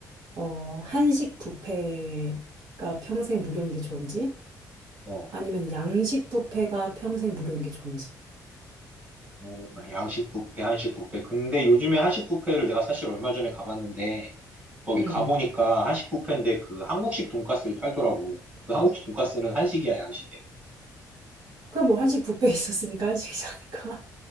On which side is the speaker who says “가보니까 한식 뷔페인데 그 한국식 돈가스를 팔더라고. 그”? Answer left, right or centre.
Right